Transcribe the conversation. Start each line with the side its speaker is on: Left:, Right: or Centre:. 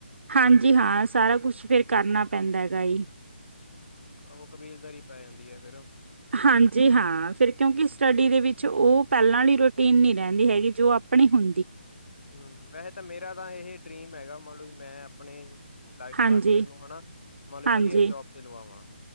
Right: ਹਾਂਜੀ ਹਾਂ ਸਾਰਾ ਕੁਛ ਫੇਰ ਕਰਨਾ ਪੈਂਦਾ ਗਾਈ
Left: ਆਹੋ ਕਬੀਲਦਾਰੀ ਪੈ ਜਾਂਦੀ ਹੈ ਫਿਰ
Right: ਹਾਂਜੀ, ਹਾਂ ਫਿਰ
Left: ਹੂੰ
Right: ਕਿਉਂਕਿ ਸਟੱਡੀ ਦੇ ਵਿੱਚ ਉਹ ਪਹਿਲਾਂ ਆਲੀ ਰੂਟੀਨ ਨਹੀ ਰਹਿੰਦੀ ਹੈਗੀ ਜੋ ਆਪਣੇ ਹੁੰ
Left: ਹਮ ਵੈਸੇ ਤਾਂ ਮੇਰਾ ਤਾਂ ਇਹ ਡਰੀਮ ਹੈਗਾ ਮੰਤਲਬ ਵੀ ਮੈਂ ਆਪਣੇ ਲਾਈਫ
Right: ਹਾਂਜੀ,
Left: ਪਾਰਟਨ ਨੂੰ ਹਨਾ ਮੰ
Right: ਹਾਂਜੀ,
Left: ਵਧੀਆ ਜੋਬ ਤੇ ਲਵਾ ਵਾਂ